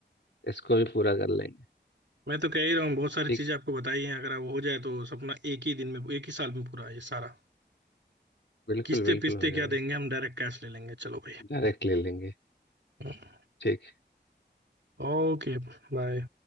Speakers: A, on the left (about 75°); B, on the right (about 75°).
A: इसको भी पूरा कर लेंगे
B: मैं तो कह ही रहा हूँ बहुत सारी
A: ठीक
B: चीजें
A: है
B: आपको बताई हैं अगर वो हो जाए तो सपना एक ही दिन में एक ही साल में पूरा ये सारा
A: बिल्कुल
B: किस्ते
A: बिल्कुल
B: पिस्ते
A: हो जाएगा
B: क्या देंगे हम डायरेक्ट कैश ले लेंगे चलो
A: डायरेक्ट ले लेंगे
B: भाई
A: ठीक
B: ओके बाय